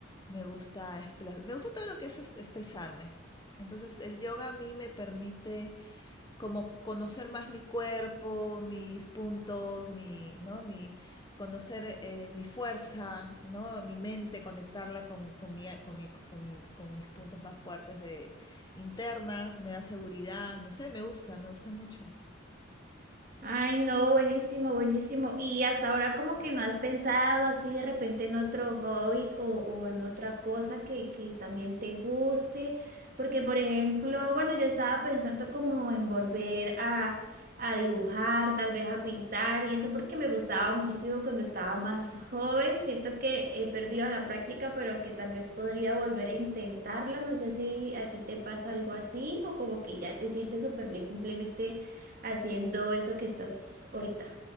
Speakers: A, on the left; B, on the right.
A: me gusta, expla- me gusta todo lo que es es- expresarme. Entonces el yoga a mí me permite como conocer más mi cuerpo, mis puntos, mi, ¿no? Mi, conocer eh, mi fuerza, ¿no? Mi mente, conectarla con, con, mi, con, mi, con, mi- con mis puntos más fuertes de internas, me da seguridad, no sé, me gusta, me gusta mucho.
B: Ay, no, buenísimo, buenísimo. ¿Y hasta ahora como que no has pensado así de repente en otro hobby o, o en otra cosa que, que también te guste? Porque, por ejemplo, bueno, yo estaba pensando como en volver a, a dibujar, tal vez a pintar y eso porque me gustaba muchísimo cuando estaba más joven. Siento que he perdido la práctica, pero que tal vez podría volver a intentarlo. No sé si a ti te pasa algo así o como que ya te sientes súper bien simplemente haciendo eso que estás ahorita.